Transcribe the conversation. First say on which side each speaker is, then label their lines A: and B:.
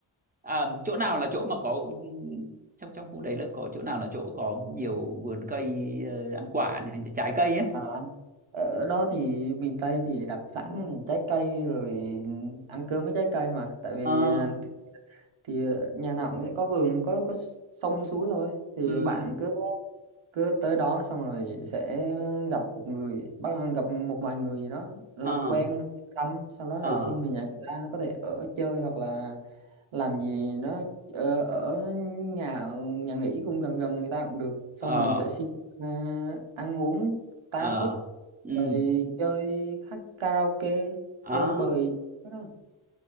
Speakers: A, on the right; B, on the right.
A: à, chỗ nào là chỗ mà có ừ, trong trong khu đấy là có chỗ nào là chỗ có nhiều vườn cây ờ, ăn quả này, hay là trái cây ấy
B: à, ở đó thì miền Tây thì đặc sản là trái cây rồi ăn cơm với trái cây mà tại vì
A: ờ
B: à, thì, thì nhà nào cũng sẽ có vườn có có sông suối thôi thì
A: ừ
B: bạn cứ cứ tới đó xong rồi sẽ gặp một người bắt gặp một vài người gì đó làm
A: ờ
B: quen thăm sau đó là
A: ờ
B: xin về nhà người ta có thể ở chơi hoặc là làm gì đó ở, ở nhà nhà nghỉ cũng gần gần người ta cũng được xong
A: ờ
B: rồi sẽ xin à, ăn uống tá
A: ờ
B: túc
A: ừ
B: rồi chơi hát karaoke
A: ờ
B: chơi bời Cái đó.